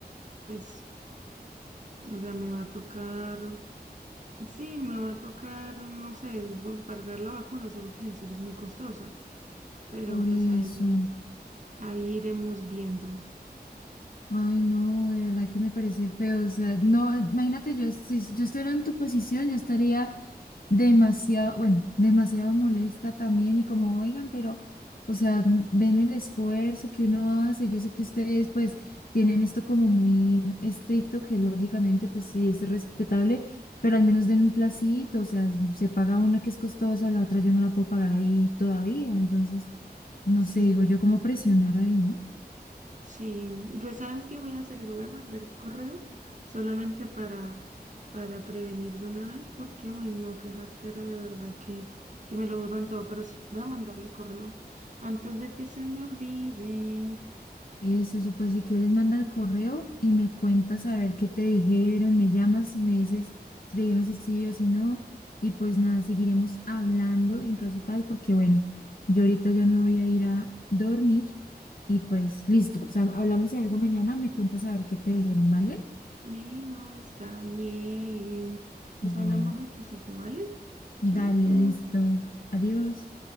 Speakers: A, on the right; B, on the left.
A: pues, o sea, me va a tocar, sí, me va a tocar, no sé, vol- pagar la vacuna, solo que en serio es muy costosa, pero
B: por
A: pues
B: eso.
A: ahí, ahí iremos viendo.
B: Ay, no, de verdad que me parece feo. O sea, no, imagínate, yo si yo estuviera en tu posición, yo estaría demasiado, bueno, demasiado molesta también y como, oigan, pero, o sea, n- ven el esfuerzo que uno hace. Yo sé que ustedes pues tienen esto como muy estricto, que lógicamente pues sí es respetable, pero al menos den un placito, o sea, s- se paga una que es costosa, la otra yo no la puedo pagar ahí todavía. Entonces, no
A: Sí,
B: sé, digo yo, cómo presionar ahí, ¿no?
A: sí, pues sabes qué voy a hacer, eso voy a mandar un correo solamente para, para prevenir de una vez, porque, uy, no, qué jartera de verdad que, que me lo vuelvan todo, pero sí, voy a mandarle el correo antes de que se me olvide.
B: Eso, eso, pues si quieres manda el correo y me cuentas a ver qué te dijeron, me llamas, me dices si te dijeron si sí o si no y pues nada, seguiremos hablando en caso tal porque bueno, yo ahorita ya me voy a ir a dormir y pues listo, o sea, hablamos de algo mañana, me cuentas a ver qué te dijeron, ¿vale?
A: Bueno, está bien. Nos
B: Bueno,
A: hablamos despuesito, ¿vale?
B: dale,
A: Chaito.
B: listo, adiós.